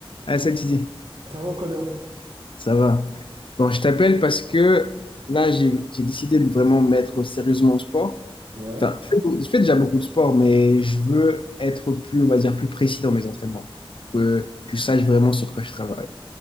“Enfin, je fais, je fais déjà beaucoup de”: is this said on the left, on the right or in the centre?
Left